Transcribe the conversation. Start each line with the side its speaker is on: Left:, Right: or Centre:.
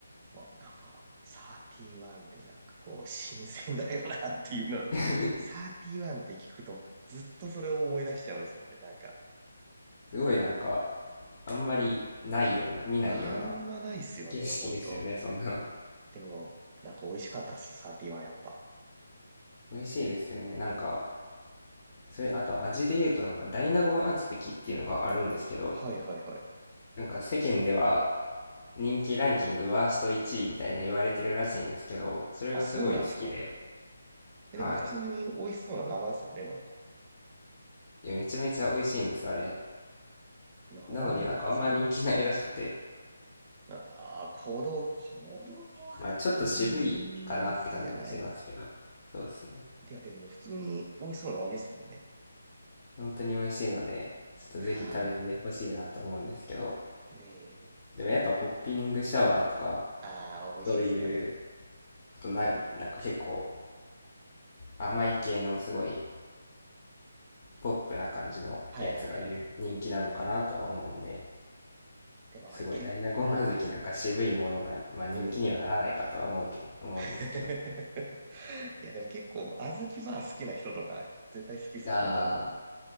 Right: わなんか、31でなんかこう、新鮮だよなっていうので、
Left: <laughs>
Right: 31って聞くとずっとそれを思い出しちゃうんですよね。なんか、
Left: すごいなんか、あんまりないような、見ないような
Right: あんまないっすよね、
Left: 景色ですよね、
Right: ほんと。
Left: そんなの。
Right: でも、なんか美味しかったっす、サーティはやっぱ。
Left: 美味しいですよね。なんか、それ、あと味で言うとなんか大納言小豆っていうのがあるんですけど、
Right: はいはいはい。
Left: なんか世間では人気ランキングワースト1位みたいな言われてるらしいんですけど、それがすごい好きで、
Right: あ、そうなんすか。え、
Left: はい。
Right: でも普通に美味しそうな名前ですよね、なんか。
Left: いや、めちゃめちゃ美味しいんです、あれ。
Right: なんでなんすかね。
Left: なのになんかあんま人気ないらしくて、
Right: ああ、子供、子供はあんまり好きじゃない。
Left: まあちょっと渋いかなって感じもしますけど、
Right: い
Left: そうですね。
Right: や、でも普通に美味しそうな味ですもんね。
Left: 本当に美味しいので、ちょっとぜひ食べてほしいなと思うんですけど、
Right: かー、ね
Left: でもやっぱポッピングシャワーとか、
Right: え。ああ、美味しいっすよね。
Left: そういう、あとな、なんか結構甘い系のすごいポップな感じのやつが人気なのかなとは思うんで、
Right: はいはいはい。でもあれ結構、
Left: すごい大納言小豆なんか渋いものが、まあ、
Right: ねえ。
Left: 人気にはならないかとは思うけ、思うんですけど。
Right: <laughs> いや、でも結構、小豆まあ好きな人とか絶対好きっすよね、
Left: あ
Right: 多分。